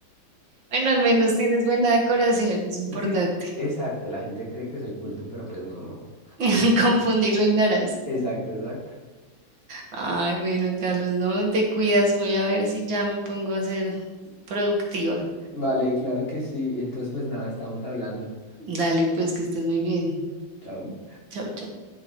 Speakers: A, on the right; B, on the left.
A: bueno, al menos tienes buena decoración, es importante.
B: Sí, exacto, la gente cree que soy culto, pero pues no.
A: <laughs> Confundir reinarás.
B: Exacto, exacto.
A: Ay, bueno, Carlos, no te cuidas, voy a ver si ya me pongo a ser productiva.
B: Vale, claro que sí. Entonces, pues nada, estamos hablando.
A: Dale, pues que estés muy bien.
B: Chao.
A: Chao, chao.